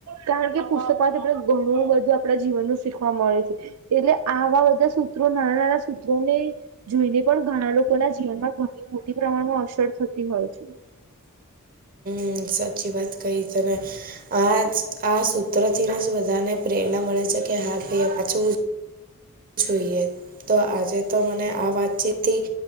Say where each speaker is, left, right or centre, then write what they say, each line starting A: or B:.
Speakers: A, on the right; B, on the right.
A: કારણ કે પુસ્તકમાંથી આપણે, ઘણું બધું આપણા જીવન નું શીખવા મળે છે. એટલે આવા બધા સૂત્રો નાના-નાના સૂત્રોને..... જોઈને પણ, ઘણા લોકોના જીવનમાં ઘણી મોટી પ્રમાણમાં અસર થતી હોય છે.
B: બહુ સાચી વાત કહી. તમે..... આજ આ સૂત્ર થી ને જ બધાને પ્રેરણા મળે છે, કે હા પાછું.... જોઈએ. તો આજે તો મને આ વાતચીતથી.